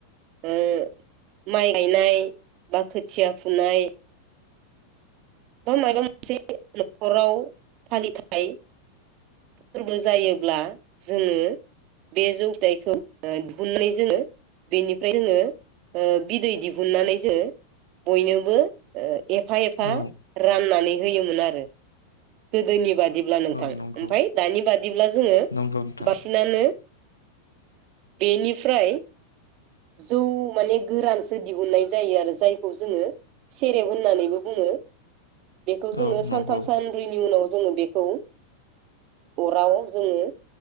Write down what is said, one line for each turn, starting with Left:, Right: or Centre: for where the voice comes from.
Right: ओ माइ गायनाय बा खोथिया फुनाय बा माबा मोनसे नखराव फालिथाय फोरबो जायोब्ला जोङो बे जौथाइखौ दिहुननानै जोङो बेनिफ्राय जोङो ओ बिदै दिहुननानै जोङो बयनोबो ओ एफा एफा
Left: औ
Right: राननानै होयोमोन आरो गोदोनि बादिब्ला नोंथां
Left: औ नंगौ
Right: ओमफाय दानि बादिब्ला जोङो
Left: नंगौ नोंथां
Right: बासिनानो बेनिफ्राय जौ माने गोरानसो दिहुननाय जायो आरो जायखौ जोङो सेरेब होननानैबो बुङो। बेखौ जोङो
Left: औ नंगौ
Right: सानथाम सानब्रैनि उनाव जोङो बेखौ अराव जोङो